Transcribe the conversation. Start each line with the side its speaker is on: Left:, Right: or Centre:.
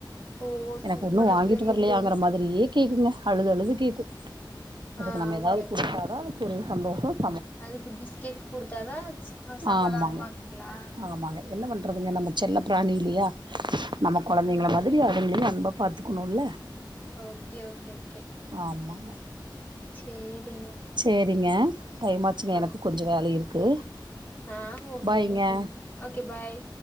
Left: ஓ
Right: எனக்கு
Left: சூப்பரா
Right: ஒன்னும் வாங்கிட்டு
Left: இருக்குதே
Right: வரலையாங்குற மாதிரியே கேக்குங்க அழுது அழுது கேக்கும்
Left: ஆ
Right: அதுக்கு நம்ம
Left: ஓகே
Right: ஏதாவது
Left: ஓகே
Right: குடுத்தாதா அதுக்கு ஒரு சந்தோஷம்
Left: அதுக்கு பிஸ்கெட் குடுத்தாதா அது சமாதானம்
Right: ஆமாங்க
Left: ஆகுங்களா
Right: ஆமாங்க என்ன பண்றதுங்க நம்ம செல்ல பிராணி இல்லையா நம்ம கொழந்தைங்கள
Left: ம்
Right: மாதிரி அதுங்களையும் அன்பா பாத்துக்கணும்ல
Left: ஓகே ஓகே ஓகே
Right: ஆமாங்க
Left: சேரிங்க
Right: சேரிங்க டைம் ஆச்சுங்க
Left: ஆ
Right: எனக்கும் கொஞ்சோ வேல இருக்கு
Left: ஆ ஓகேங்க
Right: பாய்ங்க
Left: ஓகே பாய்